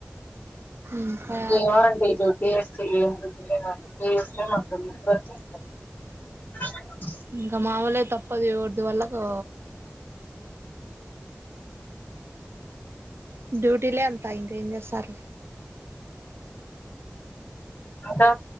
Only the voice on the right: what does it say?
ఇంకా
ఇంకా మామూలే తప్పదు. ఎవరిది వాళ్లకు డ్యూటీలే అంతా ఇంకా ఏమ్ చేస్తారు.